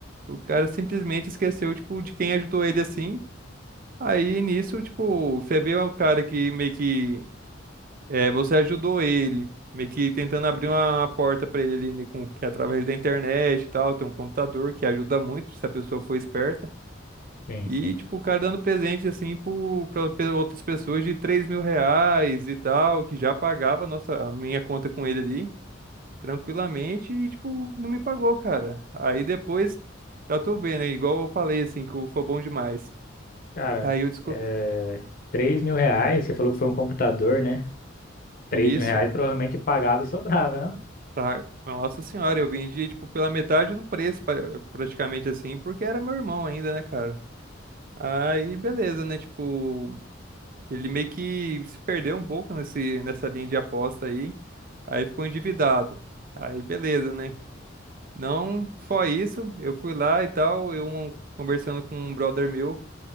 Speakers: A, on the right; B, on the left.
A: o cara simplesmente esqueceu, tipo, de quem ajudou ele assim. Aí nisso, tipo, você vê o cara que meio que é, você ajudou ele, meio que tentando abrir uma porta para ele ali, né, com, que é através da internet e tal, tem um computador que ajuda muito se a pessoa for esperta.
B: Sim,
A: E,
B: sim.
A: tipo, o cara dando presente, assim, para outras pessoas de três mil reais e tal, que já pagava a nossa, a minha conta com ele ali, tranquilamente, e, tipo, não me pagou, cara. Aí depois, já tô vendo, né, igual eu falei, assim, que eu sou bom demais.
B: Cara,
A: Aí eu descobri.
B: é... 3 mil reais, você falou que foi um computador, né? 3
A: Isso.
B: mil reais provavelmente pagava e sobrava, não?
A: Pra... Nossa senhora, eu vendi, tipo, pela metade do preço, pra- praticamente assim, porque era meu irmão ainda, né, cara? Aí, beleza, né? Tipo, ele meio que se perdeu um pouco nesse, nessa linha de aposta aí. Aí ficou endividado. Aí, beleza, né? Não só isso, eu fui lá e tal, eu um- conversando com um brother meu,